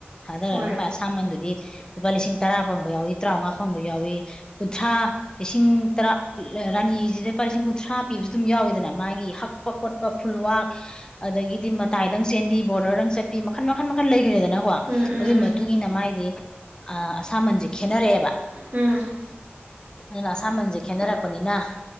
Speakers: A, on the left; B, on the right.
A: ꯊꯥꯗꯔꯒ
B: ꯍꯣꯏ
A: ꯃꯥꯏ ꯑꯁꯥꯝꯕꯟꯗꯨꯗꯤ ꯂꯨꯄꯥ ꯂꯤꯁꯤꯡ ꯇꯔꯥ ꯐꯪꯕ ꯌꯥꯎꯏ ꯇꯔꯥꯃꯉꯥ ꯐꯪꯕ ꯌꯥꯎꯏ ꯀꯨꯟꯊ꯭ꯔꯥ ꯂꯤꯁꯤꯡ ꯇꯔꯥ ꯔꯥꯅꯤꯁꯤꯗ ꯂꯨꯄꯥ ꯂꯤꯁꯤꯡ ꯀꯨꯟꯊ꯭ꯔꯥ ꯄꯤꯕꯁꯨ ꯑꯗꯨꯝ ꯌꯥꯎꯋꯤꯗꯅ ꯃꯥꯒꯤ ꯍꯛꯄ ꯈꯣꯠꯄ ꯐꯨꯜꯋꯥꯛ ꯑꯗꯒꯤ ꯍꯥꯏꯗꯤ ꯃꯇꯥꯏꯗꯪ ꯆꯦꯟꯕꯤ ꯕꯣꯔꯗꯔꯗꯪ ꯆꯠꯄꯤ ꯃꯈꯟ ꯃꯈꯜ ꯃꯈꯟ ꯂꯩꯈ꯭ꯔꯦꯗꯅꯀꯣ
B: ꯎꯝ ꯎꯝ ꯎꯝ ꯎꯝ
A: ꯑꯗꯨꯒꯤ ꯃꯇꯨꯡ ꯏꯟꯅ ꯃꯥꯥꯏꯗꯤ ꯑꯁꯥꯃꯟꯁꯦ ꯈꯦꯠꯅꯔꯛꯑꯦꯕ
B: ꯎꯝ
A: ꯑꯗꯨꯅ ꯑꯁꯥꯃꯟꯁꯦ ꯈꯦꯅꯔꯛꯄꯅꯤꯅ